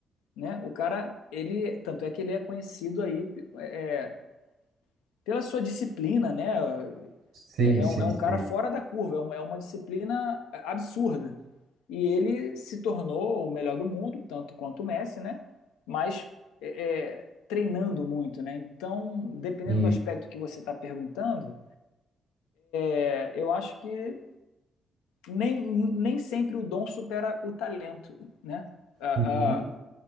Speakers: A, on the left; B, on the right.
A: né? O cara, ele, tanto é que ele é conhecido aí é pela sua disciplina, né?
B: Sim,
A: É, é
B: sim,
A: um, é um
B: sim.
A: cara fora da curva, é uma, é uma disciplina absurda. E ele se tornou o melhor do mundo, tanto quanto o Messi, né? Mas é, é, treinando muito, né? Então, dependendo
B: Sim.
A: do aspecto que você está perguntando, é, eu acho que nem, nem sempre o dom supera o talento, né? A,
B: Uhum.
A: a,